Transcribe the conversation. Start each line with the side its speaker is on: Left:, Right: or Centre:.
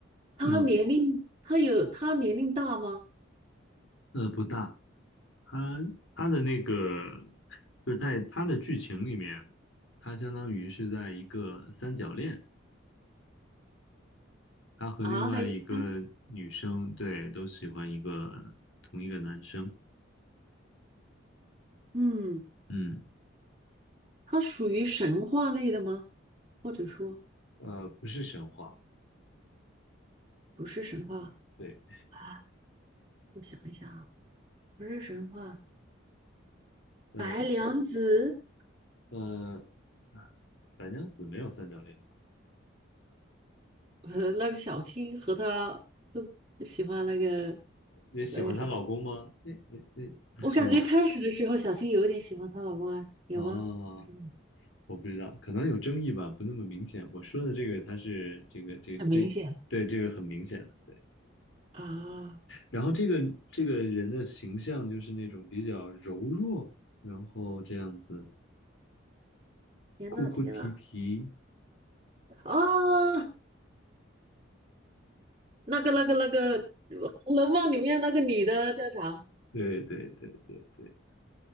Right: 她年龄，
Left: 呃
Right: 她有，她年龄大吗？
Left: 呃，不大，他他的那个就是在他的剧情里面，他相当于是在一个三角恋。他和另外一个女生，
Right: 啊，还有三，
Left: 对，都喜欢一个同一个男生。
Right: 嗯，
Left: 嗯，
Right: 她属于神话类的吗？或者说
Left: 呃，不是神话，
Right: 不是神话
Left: 对，
Right: 啊？我想一想啊，不是神话，
Left: 呃
Right: 白娘子，
Left: 呃，白娘子没有三角恋吧？
Right: 呃，那个小青和她都喜欢那个
Left: 也喜欢她老公吗？
Right: 那个啥，
Left: 那那那是吗？
Right: 我感觉开始的时候小青有一点喜欢她老公哎，有吗？
Left: <laughs> 啊，
Right: 就是吧
Left: 我不知道，可能有争议吧，不那么明显。我说的这个，他是这个这这对这个很明显的，
Right: 很明显。
Left: 对。
Right: 啊
Left: 然后这个这个人的形象就是那种比较柔弱，然后这样子
Right: 天呐天呐，
Left: 哭哭啼啼，
Right: 啊，那个那个那个《呃红楼梦》里面那个女的叫啥？
Left: 对对对对对，